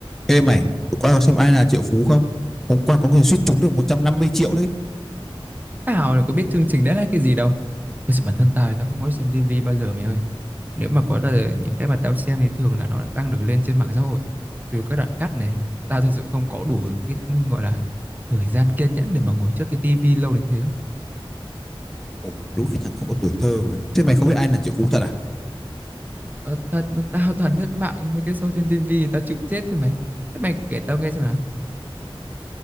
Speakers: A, in the centre; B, on the right.
A: Ê mày, tụi qua có xem ai là triệu phú không? Hôm qua có người suýt trúng được 150 triệu đấy.
B: Tao là có biết chương trình đấy là cái gì đâu. Thật sự bản thân tao thì tao không có xem tivi bao giờ mày ơi. Nếu mà có là những cái mà tao xem thì thường là nó đang được lên trên mạng xã hội. Từ các đoạn cắt này, tao thật sự không có đủ cái gọi là thời gian kiên nhẫn để mà ngồi trước cái tivi lâu đến thế.
A: Ủa, đúng cái thằng không có tuổi thơ mà. Thế mày không biết ai là triệu phú thật à?
B: Ờ, thật mà tao toàn lướt mạng mấy cái show trên tivi tao chịu chết chứ mày. Thế mày kể tao nghe xem nào.